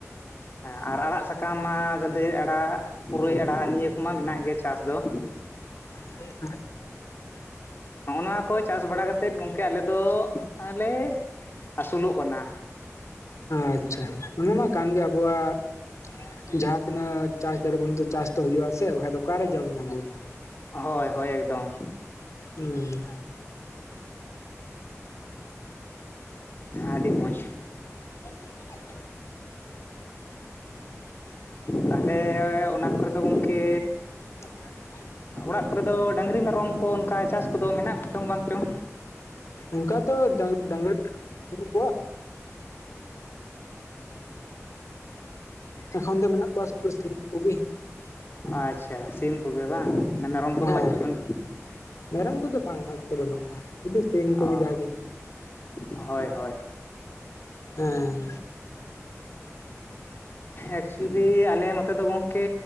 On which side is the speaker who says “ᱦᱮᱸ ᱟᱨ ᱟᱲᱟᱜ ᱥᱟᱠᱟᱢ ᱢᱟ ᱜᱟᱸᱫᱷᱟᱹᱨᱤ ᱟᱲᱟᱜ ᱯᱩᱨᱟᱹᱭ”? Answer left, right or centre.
Left